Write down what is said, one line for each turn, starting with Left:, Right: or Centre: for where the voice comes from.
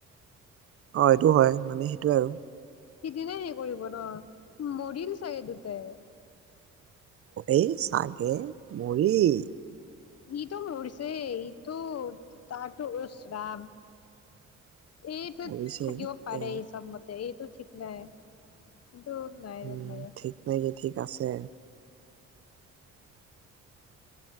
Right: অ সেইটো হয় মানে সেইটোৱে আৰু।
Left: সিদিনাই হেৰি কৰিব ন মৰিল চাগে দুটাই।
Right: এই চাগে, মৰিল।
Left: সিটো মৰি যে এইটো তটো ইছৰাম। এইটো
Right: কৰিছে
Left: থাকিব
Right: এতিয়া
Left: পাৰে সচব মতে এইটো ঠিক। নাই এটো নাই
Right: উম
Left: <unintelligible>
Right: ঠিক নে কি ঠিক আছে।